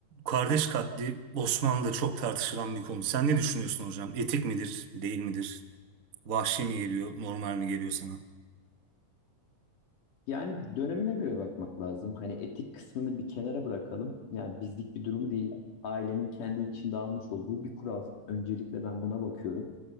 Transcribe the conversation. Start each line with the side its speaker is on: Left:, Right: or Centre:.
Right: Kardeş katli Osmanlı'da çok tartışılan bir konu. Sen ne düşünüyorsun hocam? Etik midir, değil midir? Vahşi mi geliyor, normal mi geliyor sana?
Left: Yani dönemine göre bakmak lazım. Hani etik kısmını bir kenara bırakalım. Yani bizlik bir durum değil. Ailenin kendi içinde almış olduğu bir kural. Öncelikle ben buna bakıyorum.